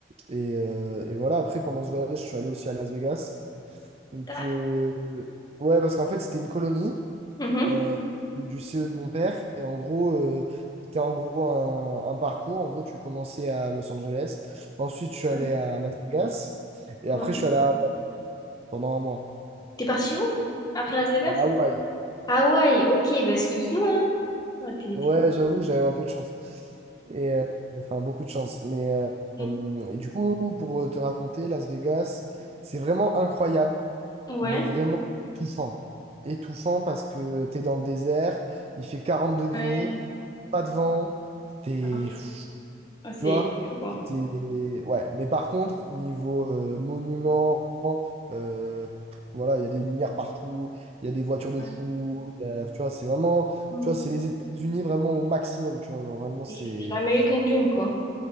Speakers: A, on the right (about 35°); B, on the left (about 20°).
A: Et, euh, et voilà, après, pendant ce voyage, je suis allé aussi à Las Vegas. Donc,
B: Tac.
A: euh, ouais, parce qu'en fait, c'était une colonie
B: Mhm.
A: euh, du du CE de mon père. Et en gros, euh, c'était en gros un, un parcours. En gros, tu commençais à Los Angeles. Ensuite, je suis allé
B: Ouais.
A: à Las Vegas. Et après,
B: Ouais.
A: je suis allé à- pendant un mois.
B: T'es parti où? Après Las Vegas?
A: À Hawaï.
B: Hawaï, ok, bah excuse-nous, hein. Ah, t'es,
A: Ouais,
B: t'es-
A: j'avoue, j'avais un peu de chance. Et, euh, enfin, beaucoup de chance. Mais euh,
B: <laughs>
A: euh, et du coup, pour te raconter, Las Vegas, c'est vraiment incroyable.
B: Ouais.
A: mais vraiment étouffant. Étouffant parce que t'es dans le désert, il fait quarante degrés,
B: Ouais,
A: pas de vent, t'es...
B: Ah oui. Ah, c'est
A: Tu vois?
B: fou, quoi.
A: t'es- Ouais, mais par contre, niveau euh, monument, euh, pff, voilà, il y a des lumières partout, il y a des voitures de
B: ouais.
A: fou, il y a- tu vois, c'est vraiment...
B: Mm.
A: Tu vois, c'est les États-Unis vraiment au maximum, tu vois, genre vraiment, c'est...
B: C'est c'est l'American Dream, quoi.